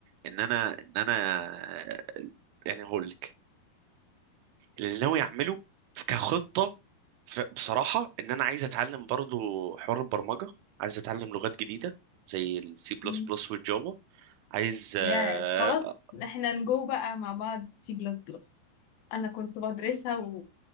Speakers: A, on the right (about 80°); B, on the left (about 75°).
A: ان انا ان انا يعني هقول لك اللي ناوي اعمله كخطه ف- بصراحه ان انا عايز اتعلم برضو حوار البرمجه عايز اتعلم لغات جديده زي السي بلس
B: مم.
A: بلس والجافا عايز آه،
B: يا خلاص احنا نجو بقى مع بعض سي بلس بلس انا كنت بدرسها و...